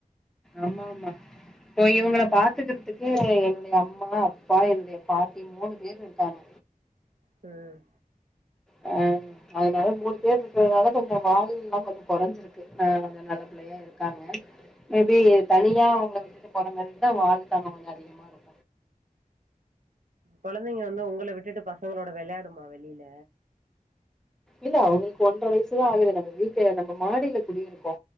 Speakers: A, in the centre; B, on the right.
A: ஆமா ஆமா இப்போ இவுங்கள
B: ம்
A: பாத்துக்குறதுக்கு என்னுடைய அம்மா அப்பா என்னுடைய பாட்டி மூணு பேர் இருக்காங்க
B: ம்
A: ஆ அதுனால மூணு பேர் இருக்குறதுனால கொஞ்சோ வாலு எல்லா கொஞ்சோ கொறைஞ்சிருக்கு ஆ கொஞ்சோ நல்ல பிள்ளை யா இருக்காங்க மேபி தனியா அவுங்கள விட்டுட்டு போற மாரி இருந்தா வாலு தனோ கொஞ்சோ அதிகமா இருக்கு
B: கொழந்தைங்க வந்து உங்கள விட்டுட்டு பசங்களோட வெளாடுமா வெளில
A: இல்ல அவுங்களுக்கு ஒன்ற வயசுதா ஆகுது நம்ம வீட்ட நம்ம மாடில குடியிருக்கோ